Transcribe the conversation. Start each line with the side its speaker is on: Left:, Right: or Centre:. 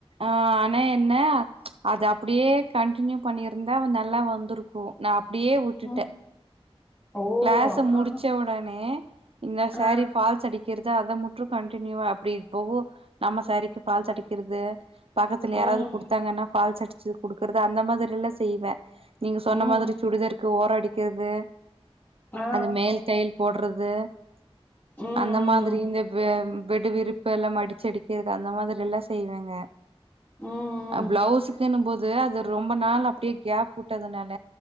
Right: ஆஹ்னே என்ன அது அப்டியே கண்டினியூ பண்ணியிருந்தா வ நல்லா வந்துருக்கு நா அப் டியே விட்டுட்டே
Left: ம் ஓ
Right: கிளாஸ முடிச்ச
Left: ஆ
Right: உடனே இன்ன சாரி
Left: ஆ
Right: ஃபால்ஸ் அடிக் கிறத அத முட்டு கண்டினியூவா அப்டி இப்பவு நம்ம சாரிக்கு ஃபால்ஸ் அடிக்கிறது பக்கத்துல யாராவது
Left: ம்
Right: குடுத்தாங்கன்னா ஃபால்ஸ் அடிச் சு குடுக்குறது அந்த மாதிரி எல்லா செய்வே நீங்க சொன்ன
Left: ம்
Right: மாதிரி சுடிதாராக்கு ஓரோ அடி க்குது
Left: ஆ ஆ
Right: அது மேல் தையல் போட்றது இது
Left: ம்
Right: அந்த மாதிரி
Left: ம்
Right: இந்த இப்ப பெட் விரிப்பு எல்லாம் மடிச்சடிக்கிறது அந்த மாதிரி எல்லா செய்வோங்க
Left: ம்
Right: அ
Left: ம்
Right: பிளவுஸுக்குன்னும் போது அது ரொம்ப நாள் அப்டியே கேப் விட்டதுனால